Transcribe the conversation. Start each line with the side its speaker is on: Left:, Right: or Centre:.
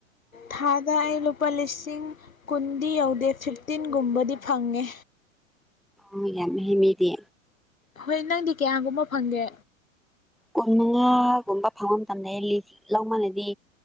Left: ꯊꯥꯗ ꯑꯩ ꯂꯨꯄꯥ ꯂꯤꯁꯤꯡ ꯀꯨꯟꯗꯤ ꯌꯧꯗꯦ ꯐꯤꯐꯇꯤꯟꯒꯨꯝꯕꯗꯤ ꯐꯪꯉꯦ
Centre: ꯎ ꯌꯥꯝ ꯍꯦꯃꯦꯗꯤ
Left: ꯍꯣꯏ ꯅꯪꯗꯤ ꯀꯌꯥꯒꯨꯝꯕ ꯐꯪꯒꯦ
Centre: ꯀꯨꯟ ꯃꯉꯥꯒꯨꯝꯕ ꯐꯪꯕ ꯃꯇꯝꯗ ꯂꯧꯃꯅꯗꯤ